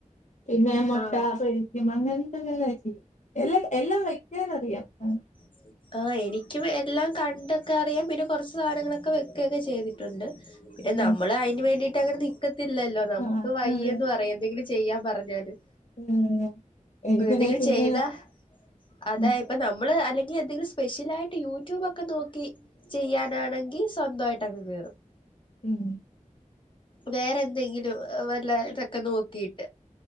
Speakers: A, on the left; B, on the left.
A: പിന്നെ മുട്ട
B: ആഹ്
A: പൊരിക്കും അങ്ങനെത്തെ എല്ലാം ചെയ്യും എല്ല എല്ലാം വെക്കാനറിയാം അതാണ്
B: <unintelligible> ആ എനിക്കും എല്ലാം കണ്ടൊക്കെ അറിയാം പിന്നെ കൊറച്ച് സാധനങ്ങളൊക്കെ വെക്കൊക്കെ ചെയ്തിട്ടുണ്ട് പിന്നെ
A: ഉം,
B: നമ്മള് അതിന് വേണ്ടിയിട്ട് അങ്ങനെ നിക്കത്തില്ലല്ലോ നമുക്ക്
A: ആ,
B: വയ്യ
A: അതെ,
B: എന്ന് പറയാ എന്തെങ്കിലും ചെയ്യാൻ പറഞ്ഞാലും
A: ഏഹ്, എനിക്കണേ
B: എന്തെങ്കിലും
A: പിന്നെ
B: ചെയ്താ അത
A: ഉം,
B: നമ്മള് അല്ലെങ്കിൽ എന്തെങ്കിലും സ്പെഷ്യല ആയിട്ട് യൂട്യൂബ് ഒക്കെ നോക്കി ചെയ്യാനാണെങ്കി സ്വന്തമായിട്ട് അങ്ങ് കേറും
A: ഉം
B: വേറെ എന്തെങ്കിലും വല്ല ഇതൊക്കെ നോക്കിയിട്ട്